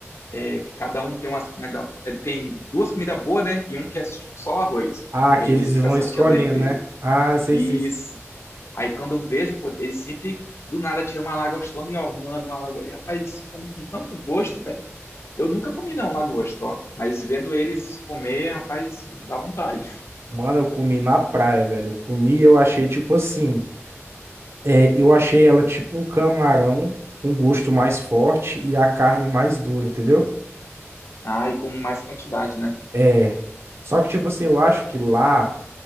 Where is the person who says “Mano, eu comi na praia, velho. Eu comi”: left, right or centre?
Right